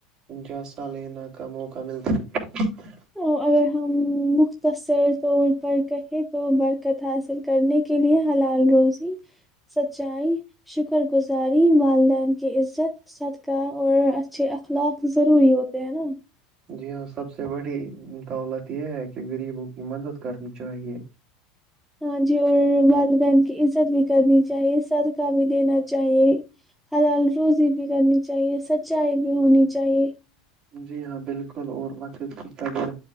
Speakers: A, on the right; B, in the centre.
A: جیسہ لینا کا موقع ملتا ہے
B: اگر ہم مختصر طور پر کہیں تو برکت حاصل کرنے کے لیے حلال روزی سچائی شکر گزاری والدین کی عزت صدقہ اور اچھے اخلاق ضروری ہوتے ہیں نا
A: جی ہاں سب سے بڑی دولت یہ ہے کہ غریبوں کی مدد کرنی چاہیے
B: ہاں جی اور والدین کی عزت بھی کرنی چاہیے سد کاہ بھی دینا چاہیے ہر حال روزی بھی کرنی چاہیے سچائی بھی ہونی چاہیے
A: جی ہاں بالکل اور وقد کی قبر